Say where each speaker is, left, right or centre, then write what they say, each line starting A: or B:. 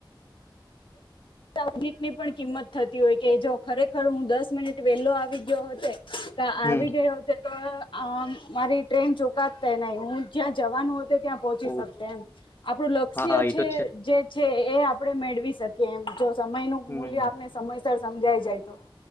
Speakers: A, on the left; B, on the left.
A: મિનિટ ની પણ કિંમત થતી હોય કે જો ખરેખર હું દસ મિનિટ વેહેલો આવી ગયો હોત ને ત્યાં
B: હમ
A: આવી ગયો અ આમ મારી ટ્રેન ચુકાત નય હું જ્યાં જવાનું ત્યાં પહોંચી
B: ઓહ,
A: શકશે એમ આપણું લક્ષ્ય
B: હા એ
A: છે
B: તો
A: જે છે એ આપણેે મેળવી શકીએ એમ સમય નુ
B: હમ
A: મૂલ્ય આપને સમયસર સમજાય જાય તો